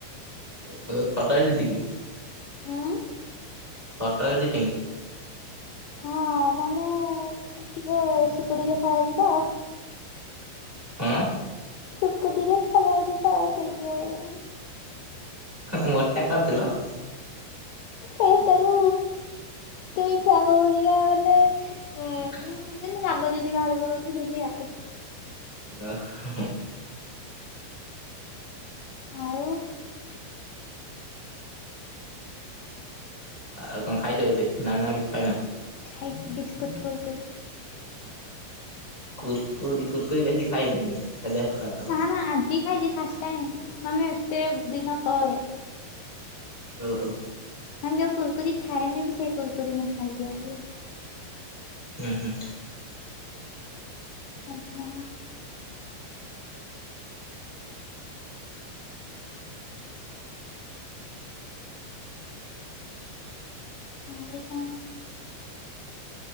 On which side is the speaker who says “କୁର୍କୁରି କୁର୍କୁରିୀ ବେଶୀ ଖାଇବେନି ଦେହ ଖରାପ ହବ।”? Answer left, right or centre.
Centre